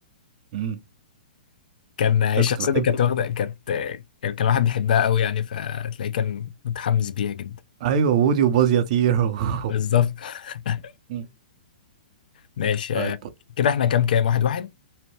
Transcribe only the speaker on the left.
كان الشخصية
دي كانت واخدة كانت كان كان واحد بيحبها قوي يعني فتلاقيه كان متحمس بيها جدا
بالظبط <laughs>
ماشي
آه،
كده احنا كام كام واحد واحد